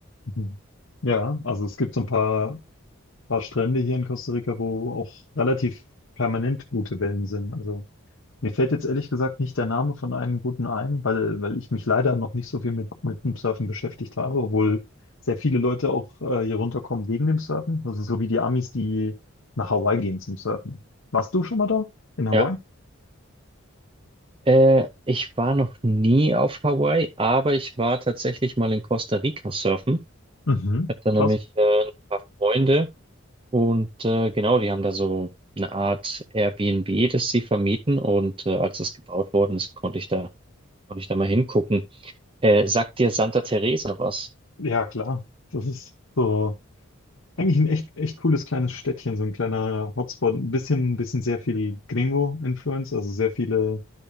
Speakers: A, on the left; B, on the right.
A: Mhm. Ja, also es gibt so ein paar, paar Strände hier in Costa Rica, wo auch relativ permanent gute Wellen sind. Also Mir fällt jetzt ehrlich gesagt nicht der Name von einem guten ein, weil, weil ich mich leider noch nicht so viel mit, mit dem Surfen beschäftigt habe, obwohl sehr viele Leute auch äh, hier runterkommen wegen dem Surfen. Also so wie die Amis, die nach Hawaii gehen zum Surfen. Warst du schon mal da? In Hawaii?
B: Ja. Äh, ich war noch nie auf Hawaii, aber ich war tatsächlich mal in Costa Rica surfen.
A: Mhm.
B: Ich hab da nämlich
A: Krass.
B: äh, ein paar Freunde und äh, genau, die haben da so eine Art Airbnb, das sie vermieten und äh, als es gebaut worden ist, konnte ich da, konnte ich da mal hingucken. Äh, sagt dir Santa Teresa was?
A: Ja, klar. Das ist so eigentlich ein echt, echt cooles kleines Städtchen, so ein kleiner Hotspot. Ein bisschen, ein bisschen sehr viel Gringo-Influence, also sehr viele